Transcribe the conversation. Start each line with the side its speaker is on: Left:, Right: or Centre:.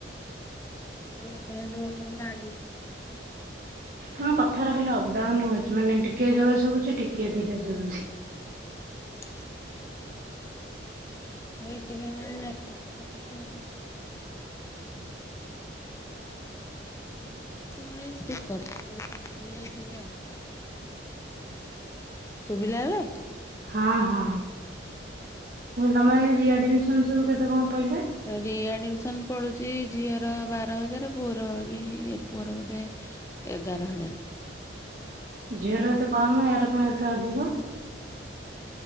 Left: ଏବେ ନହେଲେ ଆଡମିନ୍
Right: ତମ କଥାର ଖାଲି ଅପ ଡାଉନ ହଉଛି ମାନେ ଟିକେ ଜୋରରେ ଶୁଭୁଛି ଟିକେ ଧୀରେ ଶୁଭୁଛି
Left: ହ <inaudible> ନେଟୱର୍କ ପାଉନି କଣ କି ମୋର ଏଇ ସ୍ପିକର ଟା କଣ ଖରାପ ହେଇଯାଇଛି କି ଆଉ? ଶୁଭିଲା ଏବେ
Right: ହଁ ହଁ ମାନେ ରିଆଡମିସନ ସବୁ କେତେ କଣ ପଇଲା
Left: ରିଆଡମିସନ ପଡୁଛି ଝିଅର ବାର ହଜାର ପୁଅର ବି ପୁଅର ବୋଧେ ଏଗାର ହଜାର
Right: ଝିଅର ଏତେ କମ ୟାର କଣ ଏତେ ଅଧିକ